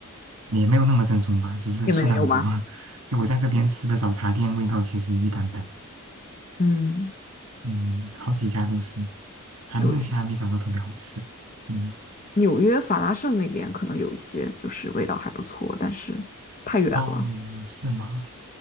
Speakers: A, on the right; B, on the left.
A: 也没有那么正宗吧，只是数量多。
B: 也没有吗？
A: <laughs> 就我在这边吃的早茶店味道其实一般般，
B: 嗯，
A: 嗯，好几家都是，还目前还没找到特别好吃。
B: 对，
A: 嗯，
B: 纽约法拉盛那边可能有一些，就是味道还不错，但是太远了。
A: 哦，是吗？